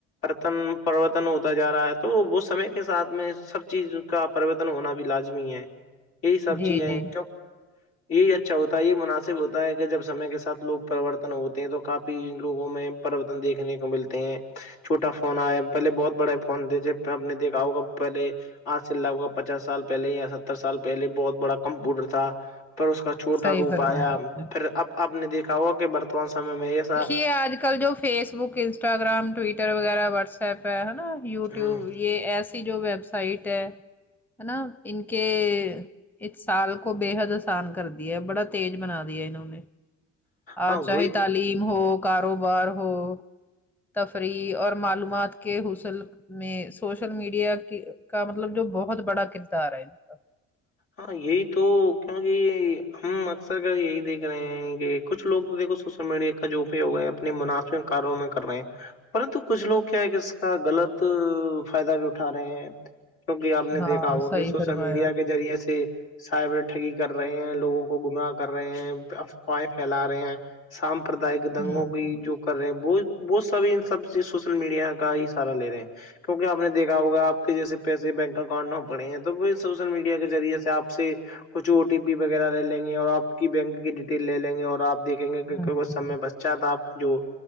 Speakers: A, on the left (about 70°); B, in the centre.
A: رتن پروررتن ہوتا جا رہا ہے تو وہ سمے کے ساتھ میں سب چیز کا پرریوررتن ہونا بھی لازمی ہے یہی سب
B: جی
A: چیز ہے
B: جی
A: کی یہی اچھا ہوتا ہے یہی مناسب ہوتا ہے کہ جب سمے کے ساتھ لوگ پرورتن ہوتے ہیں تو کافی لوگوں میں پرورتن دیکھنے کو ملتے ہیں چھوٹا فون آیا پہلے بہت بڑے فون دھے ہم نے دیکھا ہوگا پہلے آج سےوں کا پچاس سال پہلے یا ستر سال پہلے بہت بڑا کمپیوٹر تھا پھر اس کا چھوٹا
B: صحیح
A: روپ
B: فرمایا
A: آیا
B: آپ نے
A: پھر اب آپ نے دیکھا ہوا کہ برتمان سم میں ایسا
B: یہ آج کل جو فیس بک انسٹاگررام ٹویٹر وغیرہ وٹس ایپ ہےا وٹیوب
A: ہ
B: یہ ایسی جو ویب سائٹ ہے ہے نا ان کے اس سال کو بے حد آسان کر د بڑا تز بنا دی ہے اننوں نے آ
A: ہاں وہی
B: چاہے تالی تعم ہو کاروبار ہو تفریح اور معلومات کے حسل میں سوشل میڈیا کی کا مطلب جو بہت بڑا کردار ہے ان کا
A: ہاں یہی تو کیونکہ ہم اکثر گ یہی دیکھ رہے ہیں کہ کچھ لوگ تو دیکو سوشل میڈیا کا جو اپیوگ ہے اپنے مناسمک کاروں میں کر رہے ہیں پرتو کچھ لوگ کیا ہے کہ اس کا غلط فائدہ بھی اٹھا رہے ہیں کیوںک آ نے
B: ہاں
A: دیکھا ہوگ
B: صحیح
A: سوشل
B: فرمایا
A: میڈیا کے ذریعے سے سائبر ٹگی کر رہے ہیں لوگوں کو گمراہ کر رہے ہیں افواہیں پھیلا رہے ہیں سامپردائک
B: ہمم
A: دنگوں کی جو کر رہے ہیں وہ وہ سب سب چیز سوشل میڈیا کا ہی ا سہارہ لے رہے ہیں کیونک آپ نے دیکا ہوگا آپ کے جیس پیسے بینک اکاؤنٹ نہ پڑے ہیں تو وہ سوشل میڈیا کے ذریعے سے آپ سے کچھ او ٹی پی وغیرہ لے لیں گے اور آپ کی بینک کی ڈیٹیل لے لیں گے اور آپ دیکھیں گے ک
B: ہمم
A: سم میں بچ چاند آپ کی جو